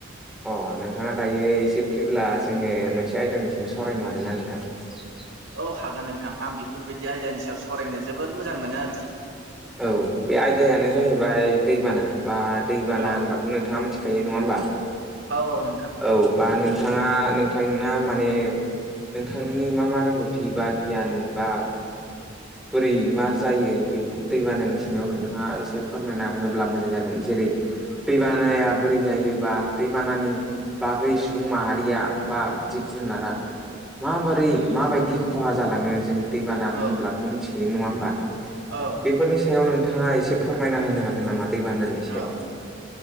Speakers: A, in the centre; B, on the right.
A: अ नोंथाङा दायो एसे फ्रिब्ला जोङो मोनसे आयदानि सायाव सावरायनो हागोन ना नोंथां? <unintelligible>
B: औ हागोन नोंथां आं बेफोरबायदि आयदानि सायाव सावरायनो जोबोर मोजां मोनो आरोखि।
A: औ बे आयदायानो जाहैबाय दैबाना बा दैबाना
B: औ
A: होनबा नोंथाङा मिथिखायो नङा होमबा?
B: औ औ नोंथां
A: औ बा नोंथाङा नोंथां माने नोंथांनि मा मा रोंगौथि बा गियान बा बोरै मा जायो? बे दैबानानि सायाव नोंथाङा एसे फोरमायना होब्ला मोजां जागोन। जेरै दैबानाया बोरै जायोबा दैबानानि बागै सुबुं माहारिया बा जिब जुनारा माबोरै माबायदि खहा जालाङो जों दैबाना
B: औ
A: होनब्लाथ' मिथियो नङा होमबा?
B: औ।
A: बेफोरनि सायाव नोंथाङा एसे फोरमायना होनो हागोन नामा? दै बानानि सायाव।
B: औ